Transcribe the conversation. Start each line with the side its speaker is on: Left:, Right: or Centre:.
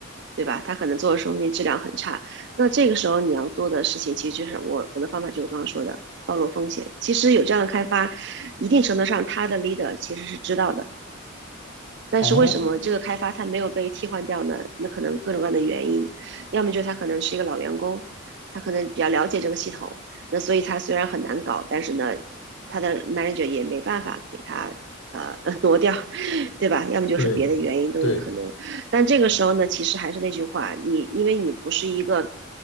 Right: 对吧？它可能做的时候那质量很差。那这个时候你要做的事情，其实就是我我的方法就是我刚刚说的暴露风险。其实有这样的开发，一定程度上他的 leader 其实是知道的。但是为什么这个开发它没有被替换掉呢？
Left: 哦，
Right: 那可能各种各样的原因，要么就是他可能是一个老员工，他可能比较了解这个系统，那所以他虽然很难搞，但是呢，他的 manager 也没办法给他呃 <laughs> 挪掉，对吧？要么就是别的原因都有可能。
Left: 对，对，
Right: 但这个时候呢，其实还是那句话，你因为你不是一个